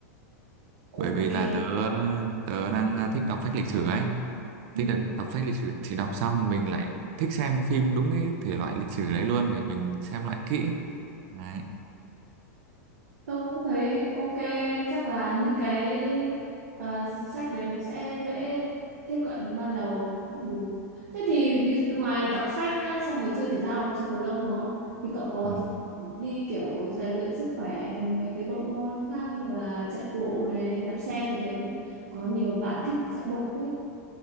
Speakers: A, on the right; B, on the right.
A: ok
B: bởi vì là tớ tớ đang ờ, thích đọc sách lịch sử ấy
A: ừ.
B: thích đọc, đọc sách lịch sử thì đọc xong mình lại thích xem phim đúng cái thể loại lịch sử đấy luôn để mình xem lại kỹ đấy
A: tôi cũng thấy ok chắc là những cái ờ, sách đấy nó sẽ dễ tiếp cận ban đầu cũng được thế thì ví, ngoài đọc sách nhá xong rồi chơi thể thao cũng chơi cầu lông đúng không thì cậu có
B: ừ.
A: đi kiểu rèn luyện sức khỏe mấy cái bộ môn khác như là chạy bộ này đạp xe tôi thấy có nhiều bạn thích chạy bộ phết